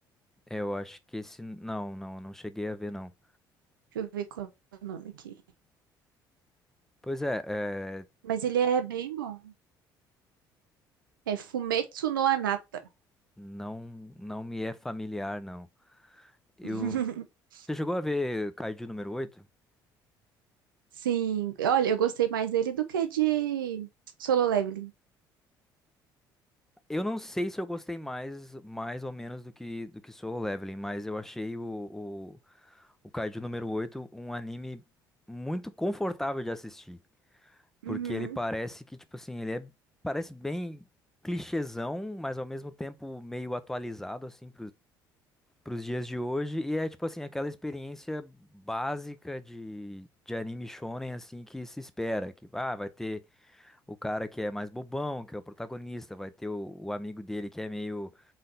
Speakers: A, in the centre; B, on the right.
A: eu acho que esse, não, não, não cheguei a ver não.
B: Deixa eu ver qual é o nome aqui.
A: Pois é, é,
B: Mas ele é bem bom. É Fumetsu no Anata.
A: Não, não me é familiar, não. Eu,
B: <laughs>
A: você chegou a ver Kaiju número oito?
B: Sim, olha, eu gostei mais dele do que de Solo Leveling.
A: Eu não sei se eu gostei mais, mais ou menos do que, do que Solo Leveling, mas eu achei o, o, o Kaiju número oito um anime muito confortável de assistir.
B: Uhum.
A: Porque ele parece que, tipo assim, ele é, parece bem clichêzão, mas ao mesmo tempo meio atualizado, assim, pros dias de hoje. E é tipo assim, aquela experiência básica de, de anime shonen assim que se espera, que ah, vai ter o cara que é mais bobão, que é o protagonista, vai ter o, o amigo dele que é meio